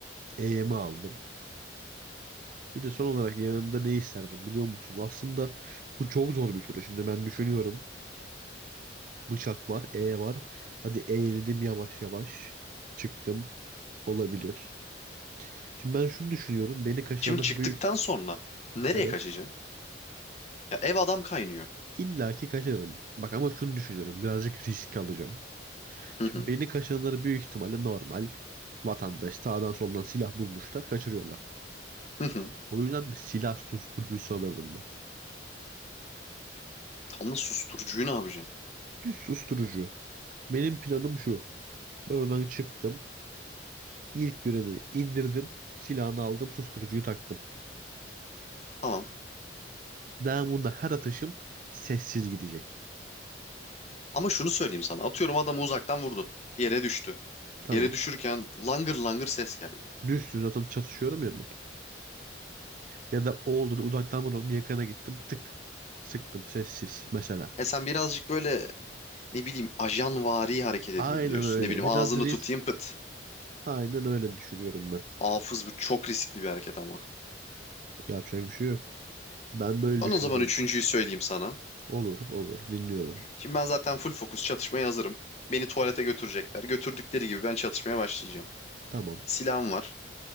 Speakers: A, on the right (about 45°); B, on the left (about 35°).
A: Eğimi aldım. Bir de son olarak yanımda ne isterdim biliyor musun? Aslında bu çok zor bir soru. Şimdi ben düşünüyorum. Bıçak var, E var. Hadi eğildim yavaş yavaş. Çıktım. Olabilir. Şimdi ben şunu düşünüyorum. Beni kaçıranlar
B: Şimdi çıktıktan
A: büyük.
B: sonra nereye
A: Evet.
B: kaçacaksın? Ya ev adam kaynıyor.
A: illaki ki kaçırırım. Bak ama şunu düşünüyorum. Birazcık risk alacağım.
B: Hı
A: Şimdi
B: hı.
A: beni kaçıranları büyük ihtimalle normal vatandaş sağdan soldan silah bulmuşlar. Kaçırıyorlar.
B: Hı hı.
A: O yüzden bir silah susturucusu alırdım ben.
B: Tam da susturucuyu ne yapacaksın?
A: Bir susturucu. Benim planım şu. Ben oradan çıktım. İlk birini indirdim. Silahını aldım. Susturucuyu taktım.
B: Tamam.
A: Namunda her atışım sessiz gidecek.
B: Ama şunu söyleyeyim sana. Atıyorum adamı uzaktan vurdun. Yere düştü.
A: Tamam.
B: Yere düşürken langır langır ses geldi.
A: Düşsün zaten çatışıyorum ya ben. Ya da o oldu da uzaktan vurdum yakana gittim. Tık. Sıktım sessiz mesela.
B: E sen birazcık böyle ne bileyim ajanvari hareket edeyim
A: Aynen
B: diyorsun.
A: öyle.
B: Ne bileyim
A: Biraz
B: ağzını
A: risk.
B: tutayım pıt.
A: Aynen öyle düşünüyorum ben.
B: Hafız bu çok riskli bir hareket ama.
A: Yapacak bir şey yok. Ben böyle
B: Ben
A: düşünüyorum.
B: o zaman üçüncüyü söyleyeyim sana.
A: Olur olur dinliyorum.
B: Şimdi ben zaten full fokus çatışmaya hazırım. Beni tuvalete götürecekler. Götürdükleri gibi ben çatışmaya başlayacağım.
A: Tamam.
B: Silahım var.